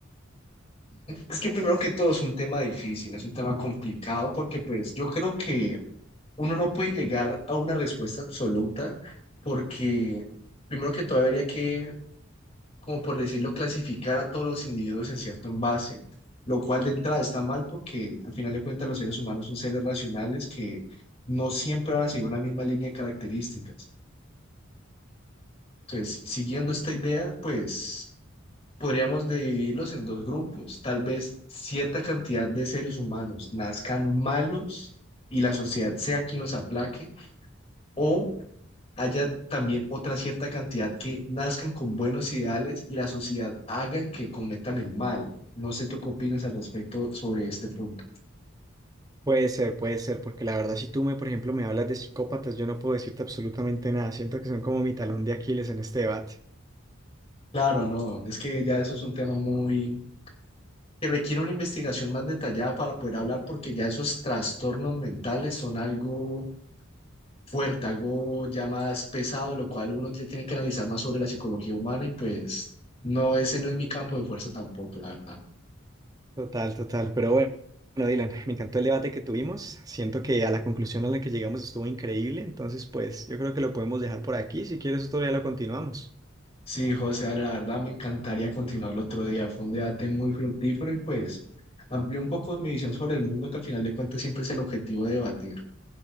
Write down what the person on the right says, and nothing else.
Puede ser, puede ser, porque la verdad si tú me, por ejemplo, me hablas de psicópatas, yo no puedo decirte absolutamente nada. Siento que son como mi talón de Aquiles en este debate.
Total, total. Pero bueno, bueno, Dylan, me encantó el debate que tuvimos. Siento que a la conclusión a la que llegamos estuvo increíble. Entonces, pues yo creo que lo podemos dejar por aquí. Si quieres, otro día lo continuamos.